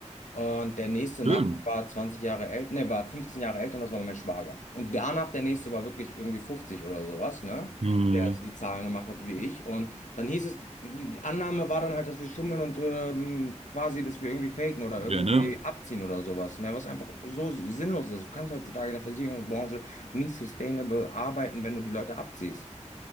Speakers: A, on the left; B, on the right.
A: Und der nächste
B: Schön.
A: nach mir war 20 Jahre älter, ne, war 15 Jahre älter und das war mein Schwager. Und danach der nächste war wirklich irgendwie 50 oder sowas, ne?
B: Hm.
A: Der die Zahlen gemacht hat wie ich. Und dann hieß es, die, die Annahme war dann halt, dass wir schummeln und ähm, quasi, dass wir irgendwie faken oder irgendwie
B: Ja, ne?
A: abziehen oder sowas, ne? Was einfach so sinnlos ist. Du kannst heutzutage in der Versicherungsbranche nicht sustainable arbeiten, wenn du die Leute abziehst.